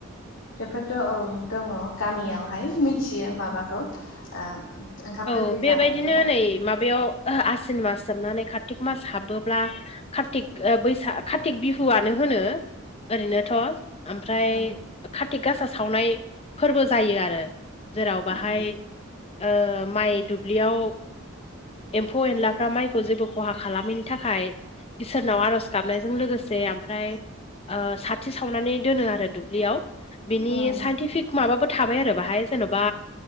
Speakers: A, on the left; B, on the left.
A: बेफोरथ' औ दङ गामियावहाय मिथियो माबाखौ ओ ओंखाम
B: औ
A: गोरलै
B: बेबायदिनो
A: जानायखौ
B: नै माबायाव आसिन मास जोबनानै कार्तिक मास हाबोब्ला कार्तिक ओ बैसा कार्तिक बिहुआनो होनो ओरैनोथ' ओमफ्राय
A: औ
B: कारतिक गासा सावनाय फोरबो जायो आरो। जेराव बाहाय
A: उम
B: ओ माइ दुब्लियाव एम्फौ एनलाफ्रा माइखौ जेबो खहा खालामैनि थाखाय इसोरनाव आर'ज गाबनायजों लोगोसे ओमफ्राय साथि सावनानै दोनो आरो दुब्लियाव बिनि
A: उम
B: साइन्टिफिक माबाबो थाबाय आरो बाहाय जेन'बा